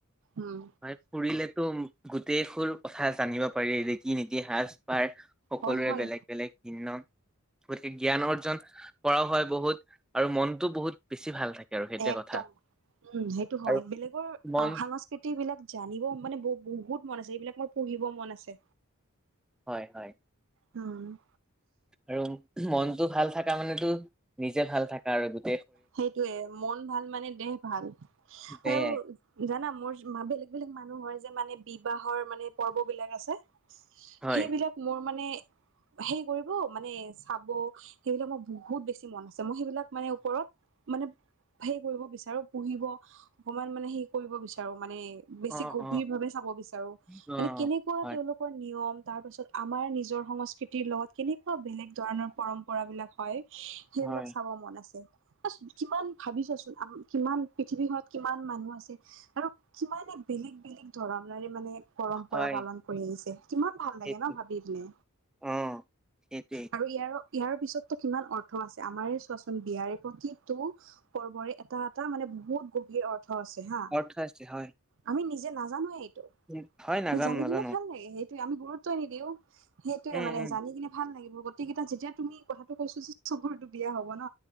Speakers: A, on the right; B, in the centre.
A: উম
B: হয় ফুৰিলেতো গোটেই বোৰ কথা জানিব পাৰি ৰীতি নীতি সাজ পাৰ সকলোৰে
A: হয় হয়
B: বেলেগ বেলেগ ভিন্ন গতিকে জ্ঞান অৰ্জন কৰাও হয় বহুত আৰু মনটো বহুত বেছি ভাল থাকে। আৰু সেইটোৱে
A: একদম
B: কথা
A: উম সেইটো হয়
B: আৰু
A: বেলেগৰ
B: মন
A: অ সাংস্কৃতিক বিলাক জানিব মানে বহুত মন আছে এইবিলাক মোৰ পঢ়িব মন আছে।
B: হয় হয়
A: উম।
B: আৰু মনতো ভাল থাকা মানেতো নিজে ভাল থাকা আৰু গো
A: সেইটোয়ে মন ভাল মানে দেহ ভাল
B: সেয়াই
A: আৰু জানা মোৰ মা বেলে গ বেলেগ মানুহৰ যে মানে বিবাহৰ মানে পৰ্ব বিলাক আছে
B: হয়
A: সেইবিলাক মোৰ মানে হেৰি কৰিব মানে চাব সেইবিলাক মোৰ বহুত বেছি মন আছে মই সেইবিলাক মানে ওপৰত মানে হেই কৰিব বিচাৰো পুহিব অকমান মানে সেই কৰিব বিচাৰো। মানে বেছি
B: অ
A: গভীৰ
B: অ
A: ভাৱে চাব বিচাৰো
B: অ
A: মানে কেনেকোৱা
B: হয়
A: তেওঁলোকৰ নিয়ম তাৰপাছত আমাৰ নিজৰ সংস্কৃতিৰ লগত কেনেকোৱা বেলেগ ধৰণৰ পৰম্পৰাবিলাক হয় সেইবিলাক
B: হয়
A: চাব মন আছে কিমান ভাবিছা চোন। কিমান পৃথিৱীখনত কিমান মানুহ আছে আৰু কিমানে বেলেগ বেলেগ ধৰণৰে মানে পৰম্পৰা
B: হয়
A: পালন কৰি আহিছে কিমান ভাল
B: সেইটো
A: লাগে ন ভাবি পিনে
B: অ সেইটোৱেই
A: আৰু ইয়াৰ ইয়াৰ পিছতটো কিমান অৰ্থ আছে আমাৰে চোৱাচোন বিয়াৰে প্ৰতিটো পৰ্বৰে এটা এটা মানে বহুত গভীৰ অৰ্থ আছে হা
B: অৰ্থ আছে হয়
A: আমি নিজে নাজানোৱে।
B: উম হয় নাজানো
A: জানি
B: নাজানো
A: কিনে ভাল লাগে সেই আমি গুৰুত্বই নিদিও সেইটোয়ে
B: উম
A: মানে
B: উম
A: জানি কিনে ভাল লাগিব। গতিকেইটা যেতিয়া তুমি কথাটো কৈছো যে চবুৰটো বিয়া হব ন